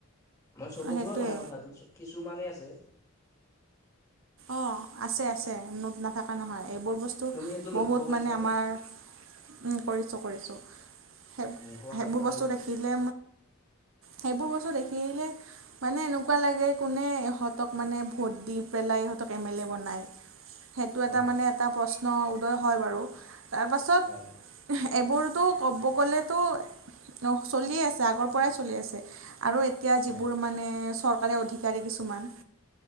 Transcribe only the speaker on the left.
মই চবক
লৈ কোৱা কথাটো কিছুমানে আছে।
তুমি সেইটো লক্ষ্য
কৰিছানে
উম কোৱাচোন
তাৰে
বিষয়ে
হয়
হয়
হয়